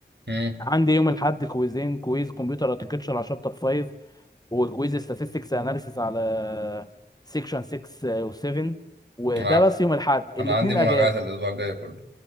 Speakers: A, on the right; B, on the left.
A: امم
B: عندي يوم الاحد كويزين كويز كمبيوتر اركتشر على شابتر 5 وكويز statistics اناليسيس على سيكشن 6 و7 وده
A: انا
B: بس يوم الاحد
A: أنا
B: الاثنين
A: عندي مراجعات
B: اجازه
A: الأسبوع الجاي كله